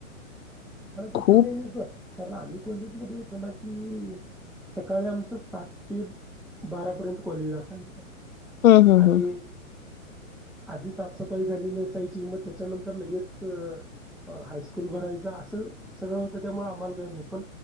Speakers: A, in the centre; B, on the left.
A: आम्हाला
B: खूप
A: तस काय नव्हत. कारण आम्ही कॉलेजमध्ये होतो ना की, सकाळी आमचं सात ते बारापर्यंत कॉलेज असायचं
B: हूं हूं
A: आणि
B: हूं
A: आधी साफसफाई झालेली असायची मग त्याच्यानंतर लगेच त हायस्कूल भरायच असं सगळं होतं त्यामुळे आम्हाला काही नाही पण